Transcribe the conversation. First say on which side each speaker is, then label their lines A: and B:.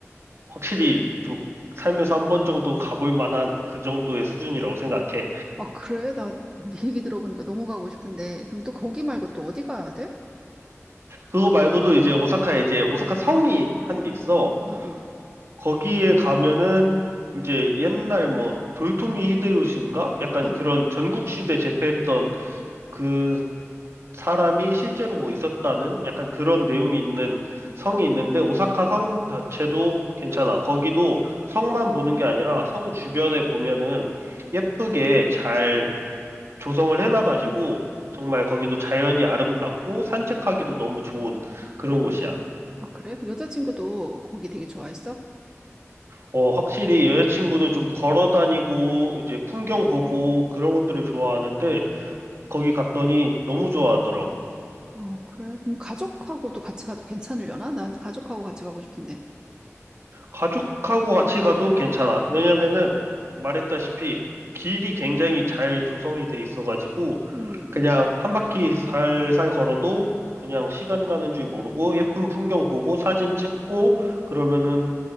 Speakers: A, on the right; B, on the right.
A: 확실히 좀 살면서 한 번 정도는 가볼 만한 그 정도의 수준이라고 생각해.
B: 아, 그래? 나 네 얘기 들어보니까 너무 가고 싶은데. 그럼 또 거기 말고 또 어디 가야 돼?
A: 그거 말고도 이제 오사카에 이제 오사카 성이 한 게 있어.
B: 응, 응,
A: 거기에 가면은 이제 옛날 뭐 도요토미 히데요시인가? 약간
B: 응.
A: 그런 전국 시대 제패했던 그 사람이 실제로 뭐 있었다는 약간 그런 내용이 있는 성이 있는데 오사카 성 자체도 괜찮아. 거기도 성만 보는 게 아니라 성 주변에 보면은 예쁘게 잘 조성을 해놔가지고 정말 거기도 자연이 아름답고 산책하기도 너무 좋은 그런 곳이야.
B: 아, 그래? 그 여자친구도 거기 되게 좋아했어?
A: 어, 확실히 여자친구는 좀 걸어 다니고 이제 풍경 보고 그런 것들을 좋아하는데 거기 갔더니 너무 좋아하더라고.
B: 어, 그래? 그럼 가족하고도 같이 가도 괜찮으려나? 난 가족하고 같이 가고 싶은데.
A: 가족하고 같이 가도 괜찮아. 왜냐면은 말했다시피 길이 굉장히 잘 조성이 돼 있어가지고
B: 음.
A: 그냥 한 바퀴 살살 걸어도 그냥 시간 가는 줄 모르고 예쁜 풍경 보고 사진 찍고 그러면은